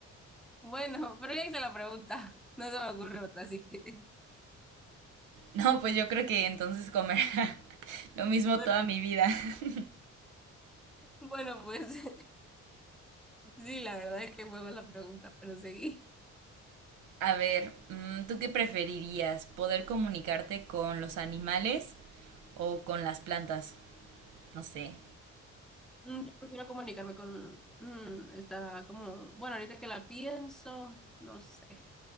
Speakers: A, in the centre; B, on the right.
A: Bueno, pero ya hice la pregunta. <laughs> No se me ocurre otra, así que. <laughs>
B: no, pues yo creo que entonces comer <laughs> lo mismo
A: Bueno,
B: toda mi vida. <laughs>
A: bueno, pues <laughs> sí, la verdad es que fue la pregunta, pero seguí.
B: A ver, mm, ¿tú qué preferirías? ¿Poder comunicarte con los animales o con las plantas? No sé.
A: Mm, Yo prefiero comunicarme con. mm, está como. Bueno, ahorita que la pienso, no sé.